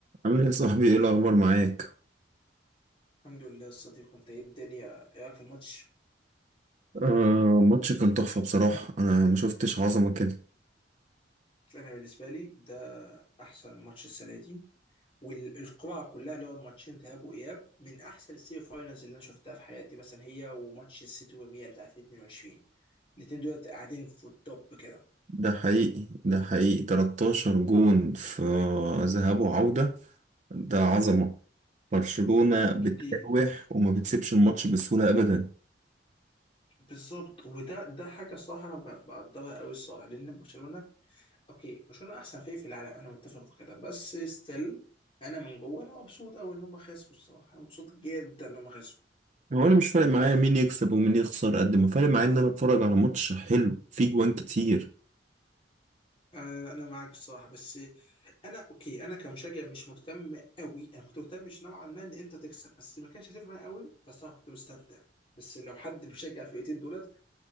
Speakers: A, on the right; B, on the left.
A: عامل ايه يا صاحبي ايه الاخبار معاك
B: الحمد لله يا صديقي انت ايه الدنيا ايه رايك في الماتش
A: آه ماتش كان تحفة بصراحة انا ما شفتش عظمة كده
B: انا بالنسبه لي ده احسن ماتش السنه دي والقرعه كلها اللي هو الماتشين ذهاب واياب من احسن السيمي فاينلز اللي انا شفتها في حياتي مثلا هي وماتش السيتي والريال بتاع 2022 الاثنين دول قاعدين في التوب كده
A: ده حقيقي ده حقيقي 13 جون في ذهاب وعودة ده عظمة برشلونة بتراوح
B: كتير
A: وما بتسيبش الماتش بسهولة ابدا
B: بالظبط وده ده حاجه الصراحه انا ب- بقدرها قوي الصراحه لان برشلونه اوكي برشلونه احسن فريق في العالم انا متفق في كده بس ستيل انا من جوه انا مبسوط قوي ان هم خسروا الصراحه انا مبسوط جدا ان هم خسروا
A: هو انا مش فارق معايا مين يكسب ومين يخسر قد ما فارق معايا ان انا اتفرج على ماتش حلو فيه جوان كتير
B: انا أنا معاك الصراحه بس انا اوكي انا كمشجع مش مهتم قوي انا كنت مهتم مش نوعا ما ان انت تكسب بس ما كانش هتفرق معايا قوي بس انا كنت مستمتع بس لو حد <laughs> بيشجع الفرقتين دولت